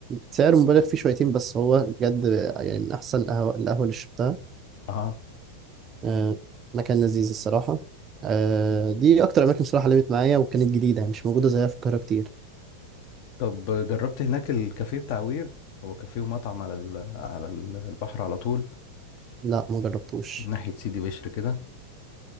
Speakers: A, on the right (about 25°); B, on the left (about 45°).
A: سعر مبالغ فيه شويتين بس هو بجد يعني من أحسن القهوة القهوة اللي شربتها
B: اه
A: آه، مكان لذيذ الصراحة آه، دي أكتر أماكن صراحة لمت معايا وكانت جديدة مش موجودة زيها في القاهرة كتير
B: طب جربت هناك الكافيه بتاع ويف هو كافيه ومطعم على ال... على ال- البحر على طول
A: لا ما جربتوش
B: ناحية سيدي بشر كده